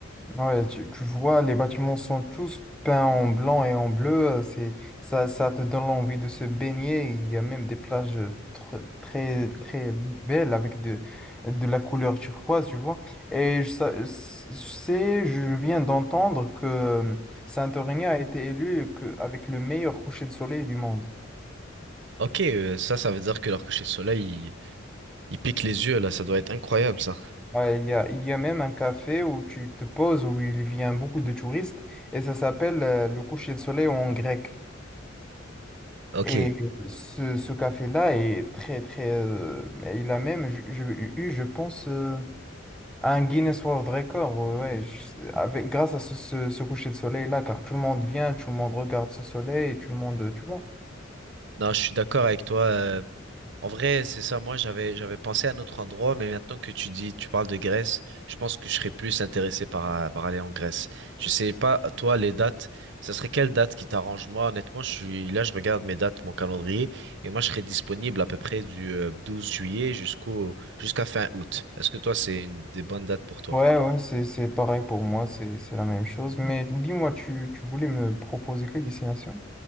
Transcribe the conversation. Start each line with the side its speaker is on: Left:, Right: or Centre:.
Centre: Ouais, tu, tu vois, les bâtiments sont tous peints en blanc et en bleu. euh, C'est, ça, ça te donne envie de se baigner. Il y a même des plages euh, tr- très, très, belles avec de, de la couleur turquoise, tu vois. Et je, sa- je sais, je viens d'entendre que Santorini a été élu que, avec le meilleur coucher de soleil du monde.
Right: Ok, euh, ça, ça veut dire que leur coucher de soleil, il, il pique les yeux là. Ça doit être incroyable, ça.
Centre: Ouais, il y a, il y a même un café où tu te poses, où il vient beaucoup de touristes, et ça s'appelle euh, le coucher de soleil en grec.
Right: Ok.
Centre: Et ce, ce café-là est très, très. euh, mais il a même ju- je- eu, je pense, euh, un Guinness World Record, euh, ouais, je- avec, grâce à ce, ce, ce coucher de soleil-là, car tout le monde vient, tout le monde regarde ce soleil, et tout le monde, euh, tu vois.
Right: Non, je suis d'accord avec toi. euh, En vrai, c'est ça. Moi, j'avais j'avais pensé à un autre endroit, mais maintenant que tu dis, tu parles de Grèce, je pense que je serais plus intéressé par, par aller en Grèce. Je sais pas, toi, les dates, ça serait quelle date qui t'arrange? Moi, honnêtement, je suis là, je regarde mes dates, mon calendrier, et moi, je serais disponible à peu près du euh, 12 juillet jusqu'au jusqu'à fin août. Est-ce que toi, c'est une des bonnes dates pour toi?
Centre: Ouais, ouais, c'est, c'est pareil pour moi, c'est, c'est la même chose. Mais dis-moi, tu, tu voulais me proposer quelle destination?